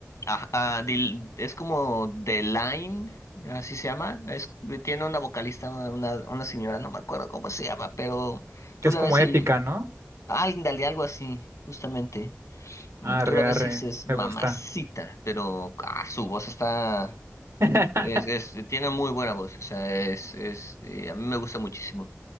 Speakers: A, on the left; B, on the right.
A: Ajá, ah, Dil- es como The Line, así se llama. Es, tiene una vocalista, una, una señora, no me acuerdo cómo se llama, pero tú
B: que es
A: la
B: como
A: ves
B: épica,
A: y.
B: ¿no?
A: Ándale, algo así, justamente. Mm,
B: Arre,
A: Tú la ves
B: arre,
A: y dices
B: me
A: mamacita,
B: gusta.
A: pero ah, su voz está.
B: <laughs>
A: Es, es, tiene muy buena voz, o sea, es, es, eh, a mí me gusta muchísimo.